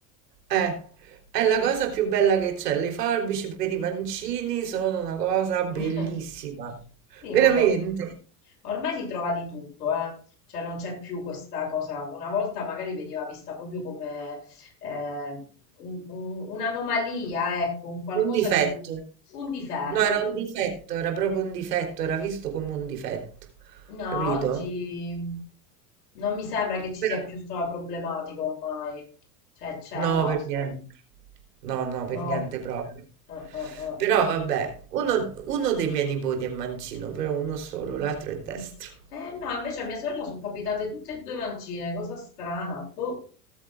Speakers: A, on the right (about 90°); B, on the left (about 85°).
A: Eh, è la cosa più bella che c'è. Le forbici per i mancini sono una cosa bellissima.
B: <laughs> Sì,
A: Veramente.
B: vabbè. orm- Ormai si trova di tutto, eh. Cioè non c'è più questa cosa. Una volta magari veniva vista proprio come eh, un- un- un'anomalia, ecco, un qualcosa
A: Un difetto.
B: di brutto, un difetto.
A: No, era un difetto, era proprio un difetto, era visto come un difetto.
B: No,
A: Capito?
B: oggi non mi sembra che ci
A: Però
B: sia più questa problematica ormai. Cioè c'è,
A: No,
B: basta.
A: per niente. No, no, per
B: No.
A: niente proprio.
B: Eh, eh, eh.
A: Però vabbè, uno, uno dei miei nipoti è mancino, però uno solo, l'altro è destro.
B: Mm. Eh no, invece a mia sorella sono capitate tutte e due mancine, cosa strana. Boh.